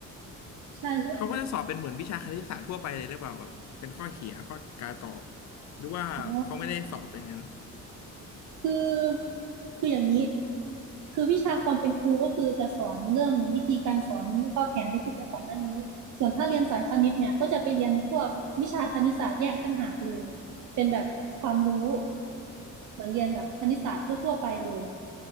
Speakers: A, on the right; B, on the left.
A: ใช่ใช่
B: เขาก็จะสอบเป็นเหมือนวิชาคณิตศาสตร์ทั่วไปเลยหรือเปล่าแบบเป็นข้อเขียนข้อการตอบหรือว่าเขาไม่ได้สอบอย่างนั้น
A: อ๋อคือคืออย่างนี้คือวิชาความเป็นครู ก็คือจะสอนเรื่อง วิธีการสอนแล้วก็แผนที่พูดไปก่อนหน้านี้ ส่วนถ้าเรียนสายคณิตเนี่ยก็จะไปเรียนพวก วิชาคณิตศาสตร์แยกต่างหากเลย เป็นแบบความรู้เหมือนเรียนแบบคณิตศาสตร์ทั่วๆไปเลย